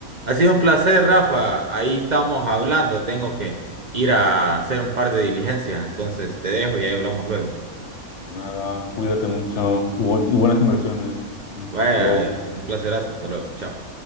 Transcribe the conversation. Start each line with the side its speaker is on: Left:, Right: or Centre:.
Right: Ha sido un placer, Rafa. Ahí estamos hablando. Tengo que ir a hacer un par de diligencias, entonces te dejo y ahí hablamos luego.
Left: Nada, cuídate mucho y, bu- y buenas inversiones.
Right: Vaya,
Left: Hasta luego.
Right: un placerazo. Hasta luego. Chao.